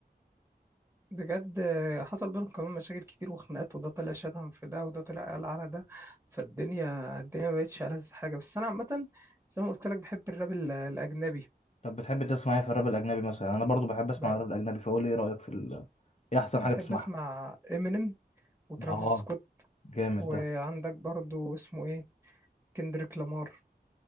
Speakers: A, on the right (about 15°); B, on the left (about 40°).
A: بجد حصل بينهم كمان مشاكل كتير وخناقات وده طلع شتم في ده وده طلع قال على ده فالدنيا الدنيا ما بقتش ألذ حاجة بس أنا عامة زي ما قلت لك بحب الراب ال- الأجنبي
B: طب بتحب تسمع ايه في الراب الاجنبي مثلا يعني انا برضو بحب اسمع
A: ب-
B: الراب الاجنبي فقول لي ايه رايك في ال... ايه احسن حاجه
A: بحب
B: بتسمعها
A: أسمع إمينيم وترافيس
B: اه
A: سكوت
B: جامد
A: وعندك
B: ده
A: برضو اسمه إيه كندريك لامار